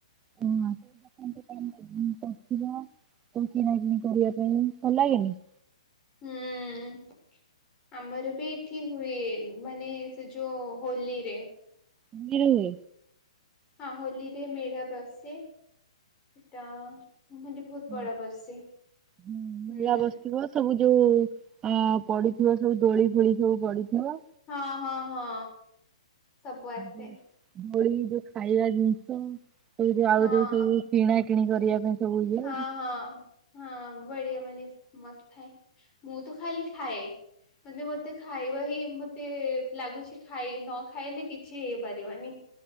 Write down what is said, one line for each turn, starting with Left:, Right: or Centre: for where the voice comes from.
Right: <unintelligible> ସବୁ କିଣାକିଣି କରିବା ପାଇଁ ଭଲ ଲାଗେନି।
Left: ହୁଁ। ଆମର ବି ଏଠି ହୁଏ, ମାନେ ସେ ଯୋଉ ହୋଲିରେ।
Right: ହୋଲିରେ ହୁଏ।
Left: ହଁ ହୋଲିରେ ମେଳା ବସେ ସେଟା ମ ବହୁତ
Right: ହଁ
Left: ବଡ ବସେ
Right: ହୁଁ ମେଳା
Left: ହୁଁ।
Right: ବସିବ ସବୁ ଯୋଉ ଅ ପଡିଥିବ ସବୁ ଦୋଳି ଫୋଳି ସବୁ ପଡିଥିବ।
Left: ହଁ ହଁ ହଁ। ସବୁ ଆସେ
Right: ଦୋଳି ଯୋଉ ଖାଇବା ଜିନିଷ ସେ ଯୋଉ ଆଉ
Left: ହଁ।
Right: ଯୋଉ ସବୁ କିଣା କିଣି କରିବା ପାଇଁ। ସବୁ ଇଏ
Left: ହଁ ହଁ ହଁ ବଢିଆ <unintelligible> ମସ୍ତ ଥାଏ, ମୁଁ ତ ଖାଲି ଖାଏ ମାନେ ମତେ ଖାଇବା ହିଁ ମତେ ଲାଗୁଛି ଖାଇ ନ ଖାଇଲେ କିଛି ହେଇପାରିବନି।